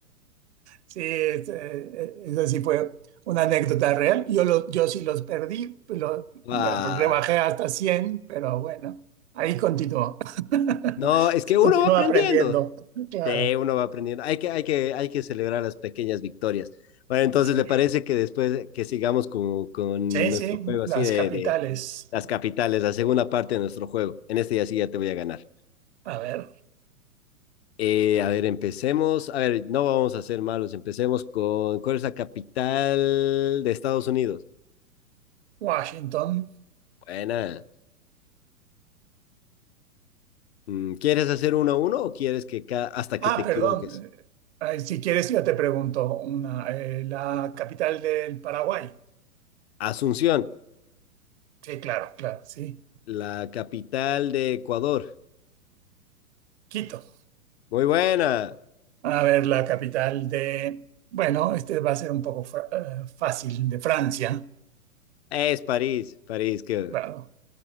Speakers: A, on the right; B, on the left.
A: Sí, es, eh, esa sí fue una anécdota real. Yo, lo- yo sí los perdí, lo,
B: Ah,
A: bueno, rebajé hasta 100, pero bueno, ahí continuó, <laughs>
B: no, es que uno
A: Continúo
B: va aprendiendo,
A: aprendiendo, claro.
B: Sí, uno va aprendiendo. Hay que, hay que, hay que celebrar las pequeñas victorias. Bueno, entonces,
A: Sí,
B: ¿le parece que después que sigamos con, con
A: sí,
B: nuestro
A: sí,
B: juego así
A: las
B: de,
A: capitales.
B: de las capitales, la segunda parte de nuestro juego? En este ya sí ya te voy a ganar.
A: A ver.
B: Eh, a ver, empecemos. A ver, no vamos a ser malos. Empecemos con ¿cuál es la capital de Estados Unidos?
A: Washington.
B: Buena. Mm, ¿Quieres hacer uno a uno o quieres que ca- hasta
A: Ah,
B: que te equivoques?
A: perdón. eh, ay, si quieres, yo te pregunto una. eh, la capital del Paraguay.
B: Asunción,
A: Sí, claro, claro, sí.
B: la capital de Ecuador.
A: Quito.
B: Muy buena.
A: A ver, la capital de... Bueno, este va a ser un poco fra- eh, fácil, de Francia.
B: Es París, París, que
A: Claro.